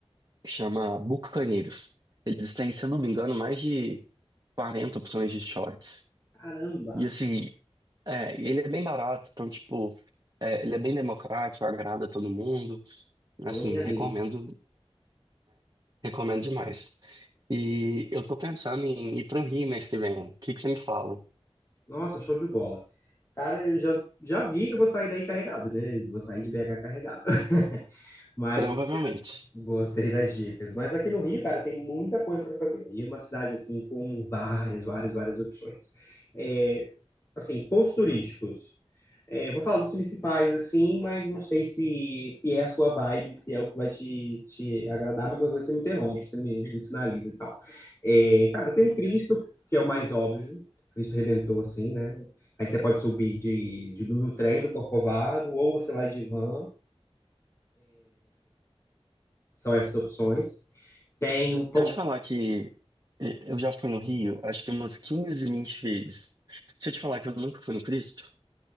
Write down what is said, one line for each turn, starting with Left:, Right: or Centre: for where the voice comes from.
Right: que chama Bucaneiros. Eles têm, se eu não me engano, mais de 40 opções de shots.
Left: Caramba,
Right: E assim, é, ele é bem barato, então, tipo, é, ele é bem democrático, agrada a todo mundo. Assim,
Left: falou minha língua.
Right: recomendo,
Left: então.
Right: recomendo demais. E eu tô pensando em ir pro Rio mês que vem. O que que você me fala?
Left: Nossa, show de bola. Cara, eu já, já vi que eu vou sair daí carregado, né? Eu Vou sair de BH carregado. <laughs> Mas
Right: Provavelmente.
Left: Gostei das dicas. Mas aqui no Rio, cara, tem muita coisa para fazer. O Rio é uma cidade, assim, com várias, várias, várias opções. É, assim, pontos turísticos. É, vou falar dos principais, assim, mas não sei se, se é a sua vibe, se é o que vai te, te agradar, mas qualquer coisa você me interrompe, você me, me sinaliza e tal. É, cara, tem o Cristo, que é o mais óbvio, Cristo Redentor, assim, né? Aí você pode subir de, de, do trem do Corcovado, ou você vai de van, são essas opções. Tem o,
Right: Se eu te falar que eh, eu já fui no Rio, acho que umas 15 20 vezes. Se eu te falar que eu nunca fui no Cristo?